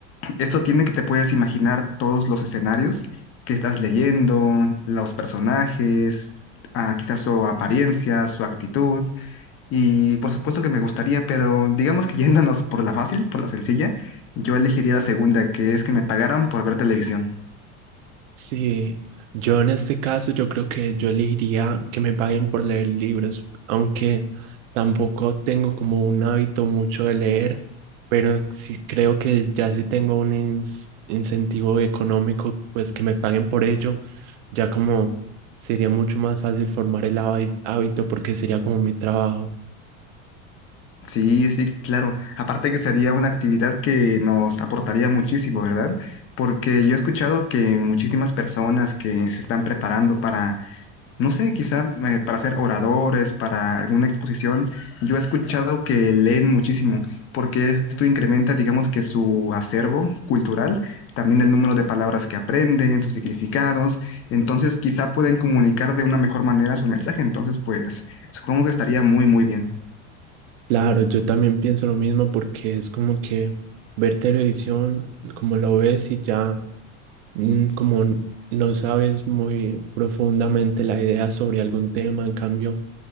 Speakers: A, on the left; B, on the right.
A: esto tiene que te puedes imaginar todos los escenarios que estás leyendo, los personajes, ah, quizás su apariencia, su actitud. Y por supuesto que me gustaría, pero digamos que <laughs> yéndonos por la fácil, por la sencilla, yo elegiría la segunda, que es que me pagaran por ver televisión.
B: Sí, yo en este caso yo creo que yo elegiría que me paguen por leer libros, aunque tampoco tengo como un hábito mucho de leer, pero sí creo que ya si tengo un ins- incentivo económico, pues que me paguen por ello, ya como sería mucho más fácil formar el habi- hábito porque sería como mi trabajo.
A: Sí, sí, claro. Aparte que sería una actividad que nos aportaría muchísimo, ¿verdad? Porque yo he escuchado que muchísimas personas que se están preparando para, no sé, quizá eh, para ser oradores, para alguna exposición, yo he escuchado que leen muchísimo, porque esto incrementa, digamos que su acervo cultural, también el número de palabras que aprenden, sus significados, entonces quizá pueden comunicar de una mejor manera su mensaje, entonces pues supongo que estaría muy, muy bien.
B: Claro, yo también pienso lo mismo porque es como que ver televisión, como lo ves y ya mm, como n- no sabes muy profundamente la idea sobre algún tema, en cambio,